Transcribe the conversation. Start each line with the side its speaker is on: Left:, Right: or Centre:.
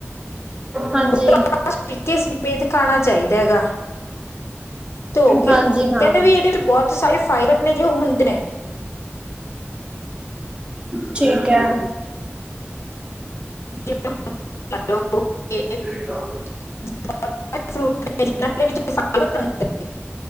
Right: ਹਾਂਜੀ
Left: <unintelligible> ਪੀਕੇ ਸਮੇਤ ਖਾਣਾ ਚਾਈਦਾ ਹੈਗਾ। ਧੋਕੇ।
Right: ਹਾਂਜੀ ਹਾਂ
Left: ਕੈੰਦੇ ਵੀ ਐਦੇ ਵੀ ਬੋਤ ਸਾਰੇ ਫਾਈਬਰ ਨੇ ਜੋ ਹੁੰਦ ਨੇ।
Right: ਠੀਕ ਐ।
Left: <unintelligible>
Right: ਸਿਰੀ ਰਾਵਣ।
Left: <unintelligible> ਫਾਈਬਰ ਹੁੰਦੇ ਨੇ